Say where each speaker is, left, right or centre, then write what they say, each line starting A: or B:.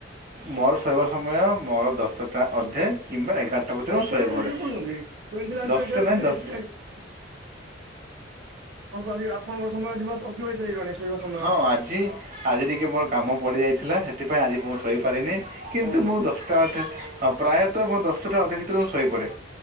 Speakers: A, on the right; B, on the right.
A: ମୋର ଶୋଇବା ସମୟ ମୋର ଦଶଟା ଅଧେ କିମ୍ବା ଏଗାରଟା। ଭିତରେ
B: ଦଶଟାରେ
A: ମୁଁ ଶୋଇପଡ଼େ
B: ଆପଣ ଶୋଇପଡୁଛନ୍ତି <unintelligible>
A: ଦଶଟା ନାହିଁ ଦଶ
B: ଆପଣ ତ ଆଜି ଆପଣଙ୍କର ସମୟ ଆଜିିବା ଅତିବାହିତ ହେଇଗଲାଣି ଶୋଇବା ସମୟ।
A: ହଁ ଆଜି ଆଜି ଟିକେ ମୋର କାମ ପଡ଼ିଯାଇଥିଲା ସେଥିପାଇଁ ଆଜି ମୁଁ ଶୋଇପାରିନି କିନ୍ତୁ
B: ଓ
A: ମୁଁ ଦଶ ଅେ ହଁ ପ୍ରାୟତଃ ମୁଁ ଦଶଟା ଅଧେ ଭିତରେ ମୁ ଶୋଇପଡ଼େ।